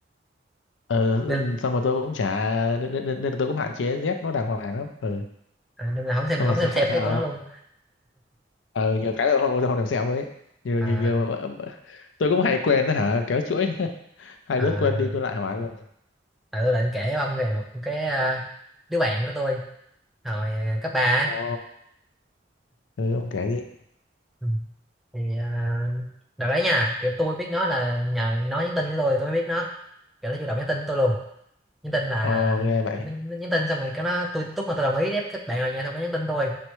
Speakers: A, on the left; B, in the centre.
A: ừ,
B: nên
A: xong rồi tôi cũng chả nên, nên, nên nên là tôi cũng hạn chế dép nó đàng hoàng lắm ừ
B: à, nên là không xem
A: xong
B: không
A: rồi <laughs> sao
B: xem xem
A: sao
B: cái của nó luôn.
A: ừ, nhiều cái rồi không không thèm xem luôn ấy nhiều
B: À,
A: nhiều nhiều ờ, tôi cũng hay quên đó hả kéo chuỗi <laughs> hai
B: à,
A: đứa quên đi quên lại hỏi luôn
B: tại tôi định kể với ông về một cái à, đứa bạn của tôi hồi à, cấp ba á.
A: ồ ừ ông kể đi
B: Ừ. thì à, đợt đấy nha, kiểu tôi biết nó là nhờ nó nhắn tin với tôi tôi mới biết nó, kiểu nó chủ động nhắn tin với tôi luôn. nhắn tin là
A: ồ ghê vậy
B: kiểu, nó, nó nhắn tin xong rồi cái nó tôi lúc mà tôi đồng ý ép các bạn rồi nha xong cái nhắn tin tôi